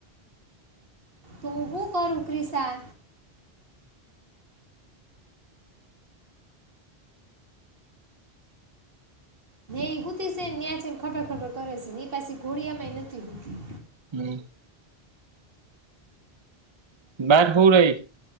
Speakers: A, on the right (about 60°); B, on the right (about 30°).
A: તો હું હુ કરું ક્રિસા. ઇ હુતી સેન ન્યા જઇન ખખર ખખર કર સન ઈ પાછી ઘોડિયામાંય નથી હુતી.
B: હમ્મ. બા હુ રહી.